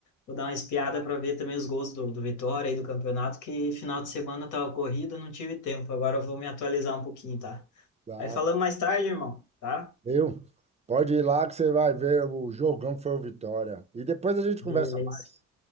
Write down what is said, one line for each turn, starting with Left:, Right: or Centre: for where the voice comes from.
Left: Vou dar uma espiada para ver também os gols do, do Vitória e do campeonato, que final de semana tava corrido, não tive tempo. Agora eu vou me atualizar um pouquinho, tá?
Right: tá?
Left: Aí falamos mais tarde, irmão, tá?
Right: Viu? Pode ir lá que você vai ver o jogão foi o Vitória. E depois a gente
Left: Beleza.
Right: conversa mais.